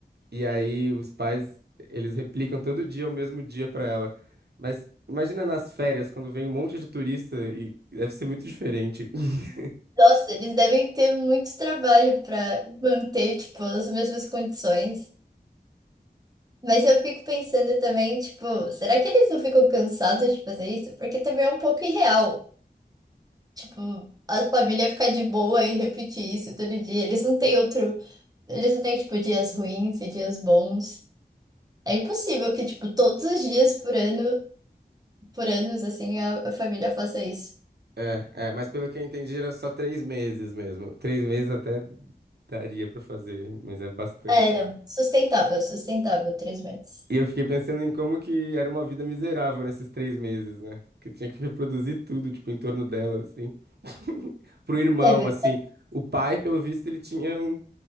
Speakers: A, on the right (about 70°); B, on the right (about 20°).
A: E aí os pais, eles replicam todo dia o mesmo dia pra ela. Mas imagina nas férias, quando vem um monte de turista e deve ser muito diferente. <laughs>
B: Nossa, eles devem ter muito trabalho pra manter, tipo, as mesmas condições. Mas eu fico pensando também, tipo, será que eles não ficam cansados de fazer isso? Porque também é um pouco irreal. Tipo, a família ficar de boa em repetir isso todo dia. Eles não têm outro. Eles não têm, tipo, dias ruins e dias bons. É impossível que, tipo, todos os dias por ano, por anos, assim, a, a família faça isso.
A: É, é, mas pelo que eu entendi era só três meses mesmo. Três meses até daria pra fazer, mas é bastante
B: É,
A: também.
B: não. Sustentável, sustentável, três meses.
A: E eu fiquei pensando em como que era uma vida miserável nesses três meses, né? Que tinha que reproduzir tudo, tipo, em torno dela, assim. <laughs> Pro irmão,
B: É, ver-
A: assim. O pai, pelo visto, ele tinha um